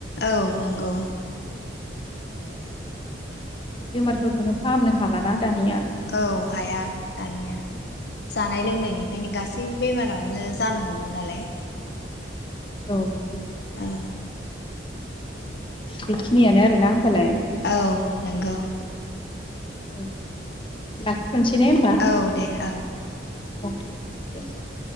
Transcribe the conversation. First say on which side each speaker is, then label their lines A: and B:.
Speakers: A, on the left (about 60°); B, on the left (about 30°).
A: औ नोंगौ।
B: उम बेमारफोरखौनो फाहामनो हालाना दानिया
A: औ हाया दानिया जानाय लोंनायनिफ्रायनो गासै बो बेमारानो जानो हमो नालाय
B: औ
A: औ
B: बेखिनियानो आरोना होमबालाय?
A: औ नोंगौ।
B: औ लाखिथ'नसै ने होमबा?
A: औ दे औ
B: <unintelligible>